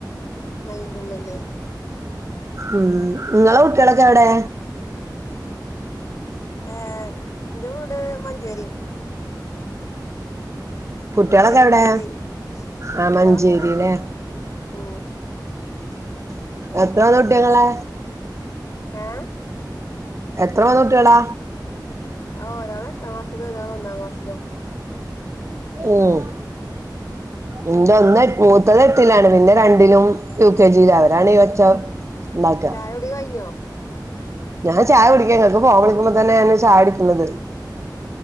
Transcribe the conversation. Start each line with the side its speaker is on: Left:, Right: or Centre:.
Left: മൈള്ള എല്ലായിരിക്കും
Right: ഉം ങ്ങളെ കുട്ടികളൊക്കെ എവിടെ
Left: ഏഹ് എന്റെ വീട് മഞ്ചേരി
Right: കുട്ടികളൊക്കെ
Left: മഞ്ചേരി
Right: എവിടെ
Left: മഞ്ചേരി
Right: ആ
Left: കുട്ട്യാള്
Right: മഞ്ചേരില്ലേ
Left: ഒക്കെ ഇടെണ്ട് ഉ
Right: എത്രന്ന് കുട്ട്യങ്ങളെ
Left: ഏഹ്
Right: എത്ര പൊന കുട്ടിയാള
Left: ആഹ് ഒരാൾ എടാം ക്ലാസിലും ഒരാൾ ഒന്നാം ക്ലാസ്സിലും
Right: ഉം എന്റെ
Left: പിന്നെ
Right: ഒന്ന മൂത്തത് എട്ടിലാണ് പിന്നെ രണ്ടിലും യു കെ ജിൽ അവരാണ് ഈ ഒച്ച ഉണ്ടാക്കുക
Left: ചായകുടി കഴിഞ്ഞോ
Right: ഞാൻ ചായ കുടിക്കാ ങ്ങക്ക് ഫോൺ വിളിക്കുമ്പോ തന്നെയാണ് ചായടിക്കുന്നത്